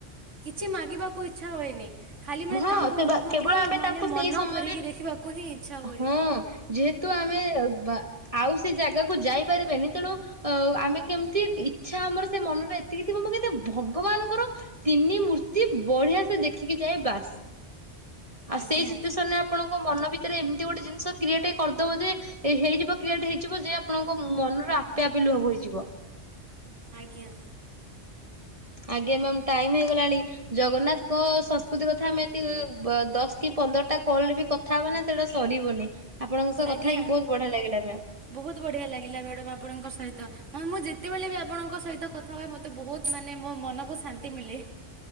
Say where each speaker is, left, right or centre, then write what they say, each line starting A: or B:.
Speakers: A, on the right (about 85°); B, on the right (about 30°).
A: କିଛି ମାଗିବାକୁ ଇଚ୍ଛା ହୁଏନି ଖାଲି ମାନେ
B: ହଁ
A: ତାଙ୍କ
B: ସେ
A: ମୁହଁକୁ
B: କେବଳ ଆମେ
A: ମାନେ
B: ତାଙ୍କୁ
A: ମନ
B: ସେଇ ସମୟରେ
A: ଭରିକି ଦେଖିବାକୁ ହିଁ ଇଚ୍ଛା ହୁଏ
B: ହଁ ଯେହେତୁ ଆମେ ବା ଆଉ ସେ ଜାଗାକୁ ଯାଇପାରିବେନି ତେଣୁ ଅ-ଆମେ କେମିତି ଇଛା ଆମର ସେ ମନରେ ଏତିକି ଥିବ ମୁଁ କିନ୍ତୁ ଭଗବାନଙ୍କର ତିନି ମୂର୍ତ୍ତି ବଢିଆ ସେ ଦେଖିକି ଯାଏ ବାସ୍। ଆଉ
A: ଆଜ୍ଞା
B: ସେଇ ସିଚୁଏସନ ରେ ଆପଣଙ୍କ ମନ ଭିତରେ ଏମିତି ଗୋଟେ ଜିନିଷ କ୍ରିଏଟ ହେଇ କରିଦବ ଯେ ହେଇଯିବ କ୍ରିୟଟ ହେଇଯିବ ଯେ ଆପଣଙ୍କ ମନରେ ଆପେ ଆପେ ଲୁହ ବୋହିଯିବ।
A: ଆଜ୍ଞା
B: ଆଜ୍ଞା ମ୍ୟାମ୍ ଟାଇମ୍ ହେଇଗଲାଣି ଜଗନ୍ନାଥଙ୍କ ସଂସ୍କୃତି କଥା ଆମେ ଏତେ ଦଶ କି ପନ୍ଦରଟା କଲ୍ ରେ ବି କଥା ହବା ନା ସେଟା ସରିବନି। ଆପଣଙ୍କ ସହ କଥା
A: ଆଜ୍ଞା
B: ହେଇକି ବହୁତ ବଢିଆ ଲାଗିଲା ମ୍ୟାମ।
A: ବହୁତ ବଢିଆ ଲାଗିଲା ମ୍ୟାଡାମ୍ ଆପଣଙ୍କ ସହିତ ମ୍ୟାମ୍ ମୁଁ ଯେତେବେଳେ ବି ଆପଣଙ୍କ ସହିତ କଥା ହୁଏ ମ ତ ବହୁତ ମାନେ ମୋ ମନକୁ ଶାନ୍ତି ମିଳେ।